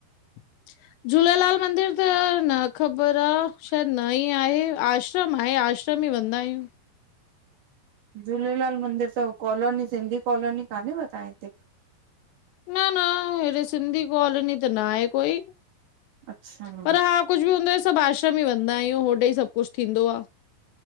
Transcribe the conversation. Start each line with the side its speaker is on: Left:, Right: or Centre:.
Left: <unintelligible> झूलेलाल मंदिर त न ख़बर आह। शायद न ई आहे आश्रम आहे आश्रम त भी वेंदा आहियूं।
Right: झूलेलाल मंदिर, त कॉलोनी सिंधी कॉलोनी कान्हे व तव्हां हिते?
Left: न न हेॾे सिंधी कॉलोनी त न आहे कोई,
Right: अच्छा
Left: पर हा कुझु बि हूंदो आह, सभु आश्रम ई वेंदा आहियूं, होॾे ई सभ कुझु थींदो आह।